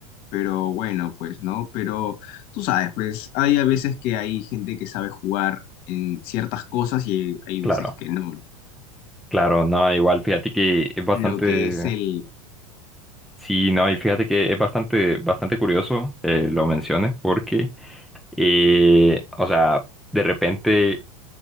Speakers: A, on the left; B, in the centre.
A: pero bueno, pues, ¿no? Pero tú sabes, pues, hay a veces que hay gente que sabe jugar en ciertas cosas y hay
B: Claro.
A: veces que no.
B: Claro, no, igual fíjate que es bastante,
A: Lo que es el...
B: sí, no, y fíjate que es bastante, bastante curioso eh, lo menciones porque, eh, o sea, de repente,